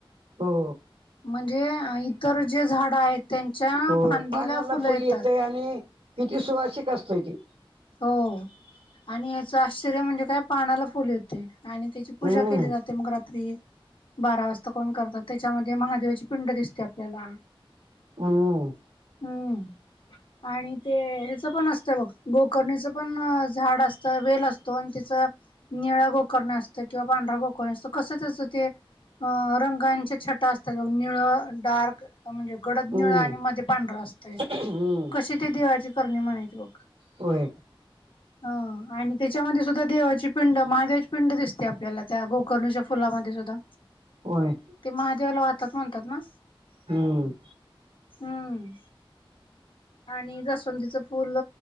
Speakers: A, on the right; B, on the left.
A: हो.
B: म्हणजे इतर जे झाड आहेत- त्यांच्या
A: हो
B: फांदीला
A: पानाला
B: फुलं
A: फुल
B: येतात
A: येतय आणि किती सुवासिक असतय ते.
B: हो. आणि ह्याच आश्चर्य म्हणजे काय पानाला फुल येतंय आणि त्याची पूजा
A: हम्म
B: केली जाते. ते मग रात्री- बारा वाजता कोण करतात. त्याच्यामध्ये महादेवाची पिंड दिसते आपल्याला.
A: ह.
B: हम्म. आणि ते ह्याच पण असतं बघ. गोकर्णीचं पण- झाड असत. वेल असतो आणि तिच- निळा गोकर्ण असतोय किंवा पांढरा गोकर्ण असतो. कसं त्याचं ते- अ. रंगांच्या छटा असतात बघ. निळ डार्क म्हणजे- गडद
A: हम्म
B: निळ आणि मध्ये पांढरं असतय.
A: हम्म
B: कशी ती देवाची करणी म्हणायची बघ.
A: होय.
B: ह. आणि त्याच्यामध्ये सुद्धा देवाची पिंड, महादेवाची पिंड दिसते. ते आपल्याला त्या गोकर्णाच्या फुलामध्ये सुद्धा.
A: होय.
B: ते महादेवाला वाहतात म्हणतात ना?
A: हम.
B: हम्म. आणि जासवंदीच फुल-